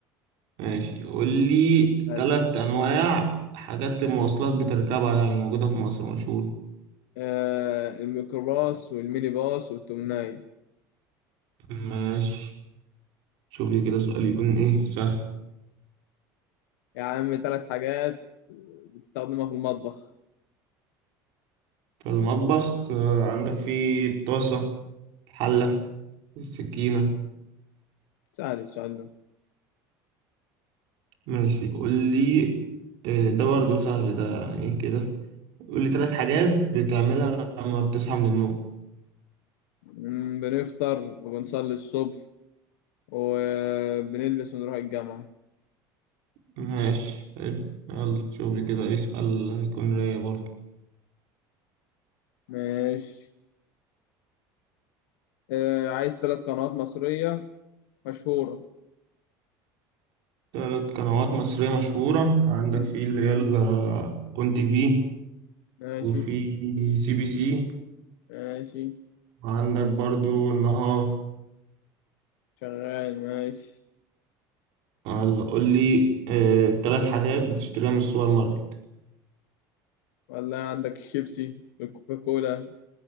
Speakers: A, on the right (about 70°); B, on the left (about 90°).
A: ماشي قول لي
B: اسأل
A: تلات انواع حاجات المواصلات بتركبها يعني موجودة في مصر مشهور
B: آه الميكروباص والميني باص والتمناية
A: ماشي شوفي كده سؤال يكون ايه سهل
B: يا عم ثلاث حاجات بتستخدمها في المطبخ
A: فالمطبخ آه، عندك فيه الطاسة الحلة السكينة
B: سهل السؤال ده
A: ماشي قول لي آه، ده برضه سهل ده يعني ايه كده قول لي ثلاث حاجات بتعملها لما بتصحى من النوم
B: مم، بنفطر وبنصلي الصبح وبنلبس ونروح الجامعة
A: ماشي حلو يلا شوف لي كده ايه سؤال يكون رايق برضه
B: ماشي آه عايز ثلاث قنوات مصرية مشهورة
A: ثلاث قنوات مصرية مشهورة عندك
B: مم.
A: في اللي هي اون تي في
B: ماشي
A: وفي سي بي سي
B: ماشي
A: وعندك برضو النهار
B: شغال ماشي
A: يلا قول لي آه، تلات حاجات بتشتريها من السوبر ماركت
B: ولا عندك الشيبسي والكوكا كولا